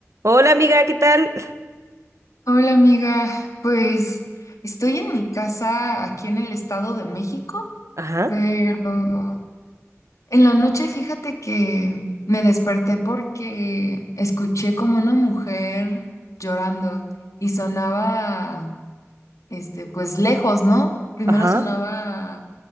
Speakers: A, on the right; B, on the left.
A: Hola amiga, ¿qué tal?
B: Hola amiga, pues estoy en mi casa aquí en el Estado de México,
A: Ajá,
B: pero en la noche fíjate que me desperté porque escuché como una mujer llorando y sonaba, este, pues lejos, ¿no? Primero
A: ajá,
B: sonaba